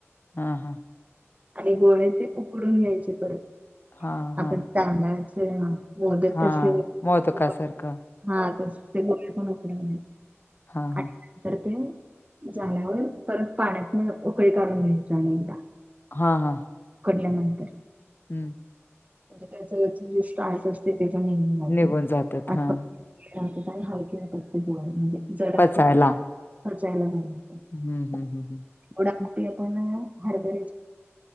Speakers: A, on the left; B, on the right.
A: हा, हा.
B: आणि गोळे ते उकडून घ्यायचे परत,
A: हा हा
B: आपण तांदळाचे. मोदक
A: हा
B: कशे उकडतो,
A: मोदकासारखं
B: हा तशे ते गोळे पण उकडायचे.
A: हा
B: आणि
A: हा
B: नंतर कणी. झाल्यावर परत पाण्यातन उकळी काढून घ्यायचा अनेकदा.
A: हा, हा.
B: उकडल्यानंतर.
A: हम्म.
B: म्हणजे त्याच जे स्टास असते, त्याच्या निघून जाते
A: निघून जातात
B: आणि
A: हा
B: फक्त. आणि हलके येतात ते गो म्हणजे जड
A: पचायला
B: असतात ते पचायला भारी.
A: हम्म, हम्म, हम्म, हम्.
B: पण हरबऱ्याची.